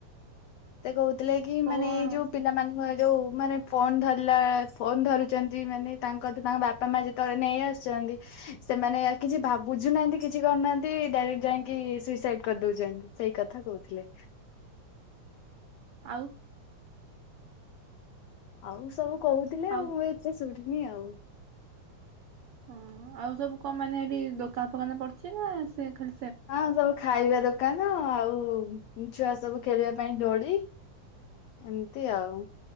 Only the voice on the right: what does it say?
କୋଉ
ଆଉ
ଆଉ
ଆଉ
ହଁ ଆଉ ସବୁ କଣ ମାନେ ହେଟି ଦୋକାନ ଫୋକାନ ପଡିଛିନା ସେ ଖା